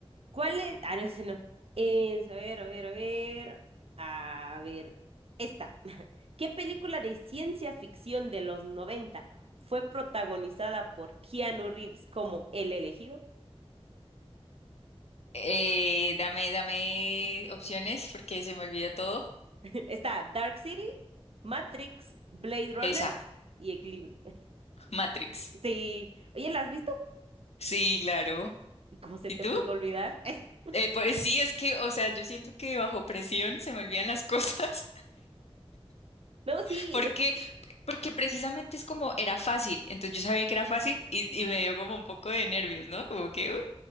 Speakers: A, on the right; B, on the left.
A: ¿Cuál es? Ah, no, ese no. Es, a ver, a ver, a ver. A ver. Esta. <laughs> ¿Qué película de ciencia ficción de los 90 fue protagonizada por Keanu Reeves como el elegido?
B: Eh, dame, dame opciones porque se me olvidó todo.
A: <laughs> Está Dark City, Matrix, Blade Runner
B: Esa,
A: y Equilibrio. <laughs>
B: Matrix.
A: Sí. Oye, ¿la has visto?
B: Sí, claro.
A: ¿Y cómo se
B: ¿Y
A: te
B: tú?
A: pudo olvidar? <laughs>
B: Eh, pues sí, es que, o sea, yo siento que bajo presión se me olvidan las cosas,
A: No,
B: <laughs>
A: sí,
B: porque,
A: es-
B: porque precisamente es como era fácil, entonces yo sabía que era fácil y, y me dio como un poco de nervios, ¿no? Como que, uy,